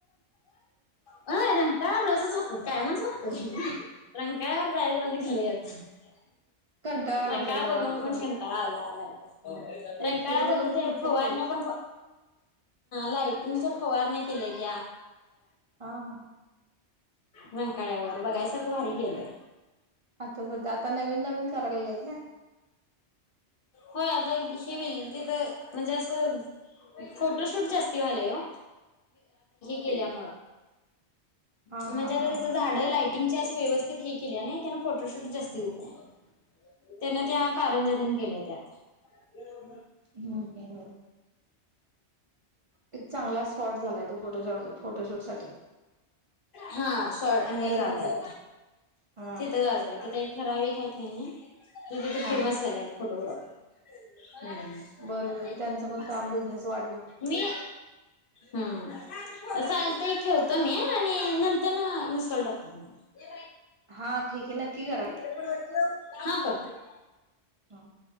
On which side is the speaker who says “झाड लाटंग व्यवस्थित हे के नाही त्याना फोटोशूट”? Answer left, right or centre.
Left